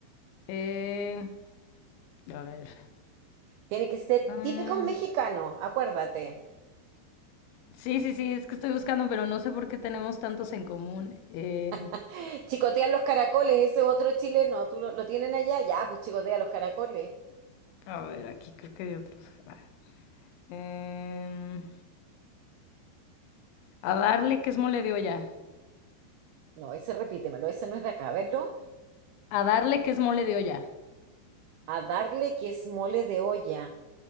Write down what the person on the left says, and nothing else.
eh, a ver.
Mm,
sí, sí, sí, es que estoy buscando, pero no sé por qué tenemos tantos en común. Eh,
a ver, aquí creo que hay otros. A ver. Em, a darle que es mole de olla.
A darle que es mole de olla.